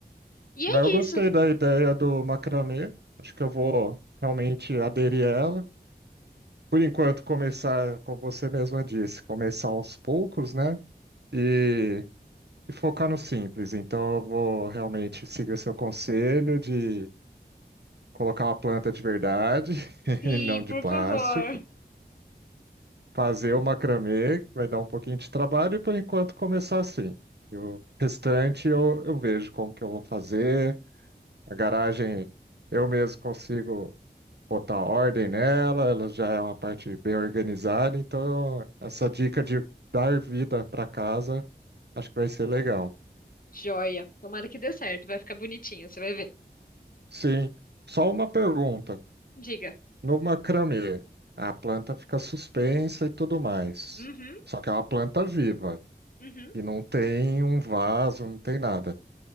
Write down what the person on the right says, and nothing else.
mas eu gostei
da ideia do macramê. Acho que eu vou realmente aderir a ela. Por enquanto, começar, como você mesma disse, começar aos poucos, né? E, e focar no simples. Então, eu vou realmente seguir o seu conselho de colocar uma planta de verdade <laughs>
e não de
plástico.
fazer o macramê, que vai dar um pouquinho de trabalho, e por enquanto começar assim. E o restante eu, eu vejo como que eu vou fazer. A garagem eu mesmo consigo botar ordem nela, ela já é uma parte bem organizada, então essa dica de dar vida para casa acho que vai ser legal.
Sim, só uma pergunta.
No macramê, a planta fica suspensa e tudo mais.
Só que é uma planta viva.
E não tem um vaso, não tem nada.